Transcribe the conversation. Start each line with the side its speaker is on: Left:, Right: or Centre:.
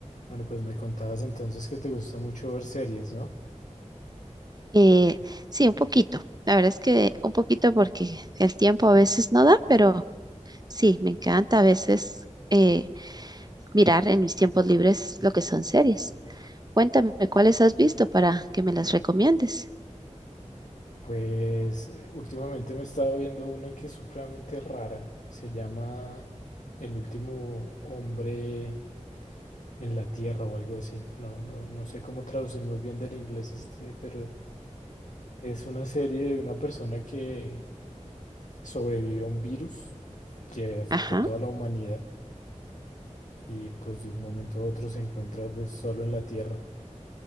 Left: Bueno, pues me contabas entonces que te gusta mucho ver series, ¿no?
Right: Eh, sí, un poquito. La verdad es que un poquito porque el tiempo a veces no da, pero sí, me encanta a veces eh, mirar en mis tiempos libres lo que son series. Cuéntame cuáles has visto para que me las recomiendes.
Left: Pues eh, últimamente me he estado viendo una que es supremamente rara. Se llama El último hombre en la Tierra o algo así. No, no, no sé cómo traducir muy bien del inglés este, pero es una serie de una persona que sobrevivió a un virus que afectó
Right: Ajá.
Left: a toda la humanidad y pues de un momento a otro se encuentra pues solo en la Tierra.